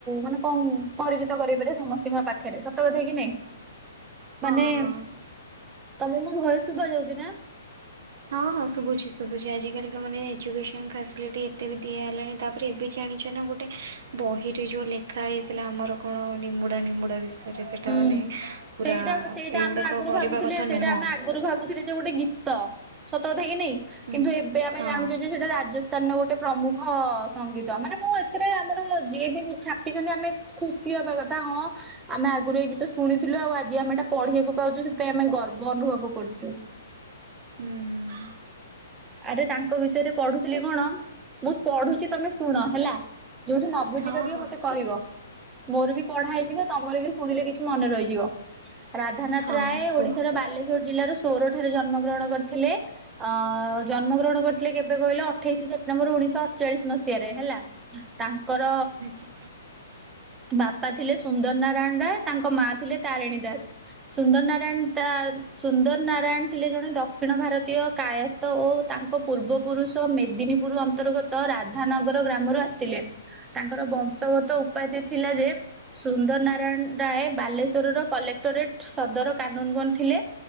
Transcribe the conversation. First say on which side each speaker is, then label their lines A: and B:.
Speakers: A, on the right; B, on the right.
A: ମାନେ କଣ ପରିଚିତ ସତ କରିପାରେ ସମସ୍ତଙ୍କ ପାଖରେ, ସତ କଥା କି ନାଇଁ?
B: ହଁ
A: ମାନେ
B: ହଁ।
A: ତମକୁ ମୁଁ ଘରେ ଶୁଭ ଯାଉଛି ନା?
B: ହଁ ହଁ ଶୁଭୁଛି ଶୁଛି ଆଜିିକା ମାନେ ଏଜୁକସନ ଫସିଲ ଏ ଏତେ ବି ଦିଆ ହେଲାଣି ତାପରେ ଏବେ ଜାଣିଛ ନା ଗୋଟେ ବହିରେ ଯୋଉ ଲେଖା ହେଇଥିଲା ଆମର କଣ ନିମ୍ମୁଡ଼ା ନିମ୍ମୁଡ଼ା ବିଷୟରେ ଯେ ସେଇଟା
A: ହୁଁ
B: ମାନେ ପୁରା
A: ସେଇଟା ସେଇଟା
B: ଏଇଗୁଡ଼ାକ
A: ଆମେ ଆଗରୁ
B: କରିବା
A: ଭାବୁଥିଲେ
B: କଥା
A: ସେଇଟା
B: ନୁହଁ।
A: ଆମେ ଆଗରୁ ଭାବୁଥିଲେ ଗୋଟେ ଗୀତ ସତ କଥା କି ନାଇଁ
B: ହୁଁ
A: କିନ୍ତୁ ଏବେ ଆମେ
B: ହଁ।
A: ଜାଣୁଛେ ଯେ ସେଟା ରାଜ <unintelligible> ଗୋଟେ ପ୍ରମୁଖ ସଙ୍ଗୀତ। ମାନେ ମୁଁ ଏଥିରେ ଆମର ଯିଏ ବି ଛାପିଛନ୍ତି ଆମେ ଖୁସି ହବା କଥା ହଁ ଆମେ ଆ ଗୁରୁ ଏ ଗୀତ ଶୁଣି ଥିଲୁ। ଆଉ ଆଜି ଆମେ ଏଟା ପଢିବାକୁ ପାଉଚୁ। ସେଥିପାଇଁ ଆମେ ଗର୍ବ ଅନୁଭବ କରୁଚୁ।
B: ହୁଁ।
A: ଆରେ ତାଙ୍କ ବିଷୟରେ ପଢୁଥିଲେ କଣ ମୁଁ ପଢୁଚି ତମେ ଶୁଣ ହେଲା। ଯୋଉଠି ନ ବୁଝିପାରିବ
B: ହଁ ହଁ
A: ମତେ
B: ଠିକ୍
A: କହିବ। ମୋର ବି ପଢା ହେଇଯିବ। ତମର ବି ଶୁଣିଲେ କିଛି ମନେ ରହିଯିବ। ରାଧାନାଥ
B: ହଁ
A: ରାୟ
B: କୁହ।
A: ଓଡିଶାର ବାଲେଶ୍ୱର ଜିଲ୍ଲାର ସୋର ଠାରେ ଜନ୍ମ ଗ୍ରହଣ କରିଥିଲେ। ଅ ଜନ୍ମ ଗ୍ରହଣ କରିଥିଲେ କେବେ କହିଲ ଅଠେଇଶି ସେପ୍ଟେମ୍ବର ଉଣେଇଶହ ଅଠଚାଳିଶି ମସିହାରେ ହେଲା। ତା ଙ୍କର
B: ଆଚ୍ଛା
A: ବାପା ଥିଲେ ସୁନ୍ଦର ନାରାୟଣ ରାୟ ତାଙ୍କ ମା ଥିଲେ ତାରିଣୀ ଦାସ୍। ସୁନ୍ଦର ନାରାୟଣ ତା ସୁନ୍ଦର ନାରାୟଣ ଥିଲେ ଜଣେ ଦକ୍ଷିଣ ଭାରତୀୟ କାୟସ୍ଥ ଓ ତାଙ୍କ ପୂର୍ବ ପୁରୁଷ ମେଦିନୀପୁରୁ ଅନ୍ତର୍ଗତ ରାଧାନଗର ଗ୍ରାମରୁ ଆସିଥିଲେ। ତାଙ୍କର ବଂଶଗତ ଉପାଧି ଥିଲା ଯେ ସୁନ୍ଦର ନାରାୟଣ ରାୟ ବାଲେଶ୍ଵର ର କଲେକ୍ଟୋରେଟ୍ ସଦର କାନୁନଗୋନ୍ ଥିଲେ।